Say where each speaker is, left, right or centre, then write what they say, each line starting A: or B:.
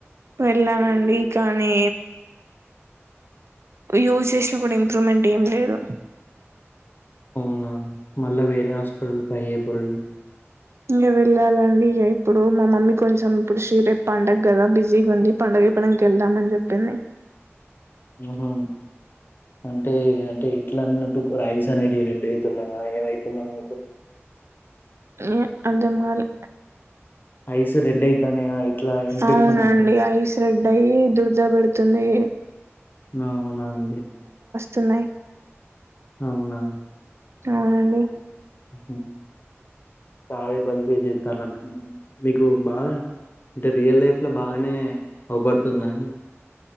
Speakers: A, on the right (about 65°); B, on the left (about 45°).
A: వెళ్ళానండి కానీ యూజ్ చేసినా కూడా ఇంప్రూవ్మెంట్ ఏం లేదు
B: అవునా మళ్ళా వేరే హాస్పిటల్స్ అయ్యే ప
A: ఇగ వెళ్ళాలండి ఇక ఇప్పుడు మా మమ్మీ కొంచెం ఇప్పుడు షిరే పండకదా బిజీగా ఉంది పండుగ పనికి వెళ్దాం అని చెప్పింది
B: హ అంటే అంటే ఎట్లాన్నటు రైస్ అనేటి రెడ్డు అయితున్నావా ఏమవుతున్నాకు
A: ఉ అర్ధం కాలే
B: ఐస్ రెడ్ అవుతున్నాయా ఇట్లా ఇన్ఫెక్షన్
A: అవునండి
B: అంటే
A: ఐస్ రెడ్ అయి దుర్దా పెడుతుంది
B: ఆవునండి
A: తున్నాయి
B: అవునా
A: అవునండి
B: ఉ చాలా ఇబ్బంది ఫేస్ చేతాలనుకుంట మీకు బాగా అంటే రియల్ లైఫ్ లో బాగానే అవపడుతుందండి